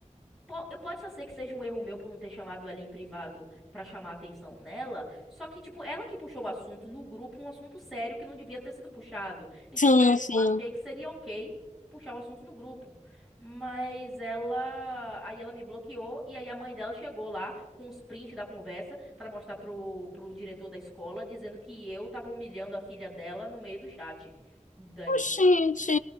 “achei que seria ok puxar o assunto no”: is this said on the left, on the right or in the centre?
Centre